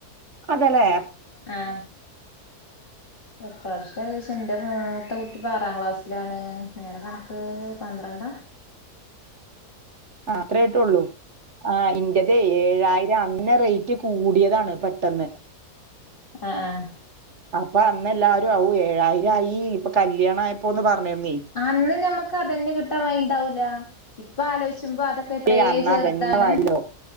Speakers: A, on the right; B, on the left.
A: അതെയില്ലെ
B: ആഹ് എത്ര വർഷയി ചോയ്ച്ച, എന്റെ മൂത്ത കുട്ടി ഇപ്പോ ആറാം ക്ലാസ്സിലാണ്. നേരെ കണക്ക്. പന്ത്രണ്ട
A: ആഹ്, അത്ര ആയിട്ടള്ളൂ. ആഹ്, ഇന്റ തേ ഏഴായിര. അങ്ങന റേറ്റ് കൂടിയതാണ് പെട്ടെന്ന്.
B: ആഹ്, ആഹ്
A: അപ്പ അന്ന് എല്ലാവാരും ആവു ഏഴായിരയി ഇപ്പൊ കല്യാണ ആയ.. പ്പോന്ന് പറഞ്ഞിരുന്നയ്.
B: അന്ന് നമ്മക്ക് അത ന്നെ കിട്ടാൻ വഴിണ്ടാവൂല, ഇപ്പൊ ആലോചിച്ചുമ്പോ അതൊക്കെ. എത്രേ
A: ഏയ് അന്ന്
B: ചെറുതാണ്.
A: അതന്നെ വഴിലോ